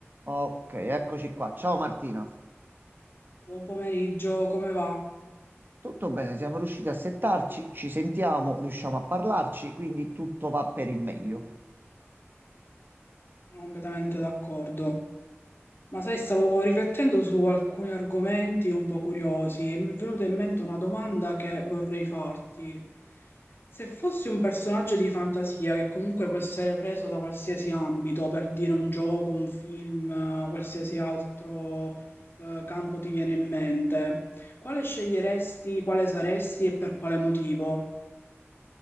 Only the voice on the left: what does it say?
Buon pomeriggio, come va?
Sono completamente d'accordo. Ma sai, stavo riflettendo su alcuni argomenti un po' curiosi e mi è venuta in mente una domanda che vorrei farti. Se fossi un personaggio di fantasia che comunque può essere preso da qualsiasi ambito, per dire un gioco, un film, eh, qualsiasi altro eh, campo ti viene in mente, quale sceglieresti, quale saresti e per quale motivo?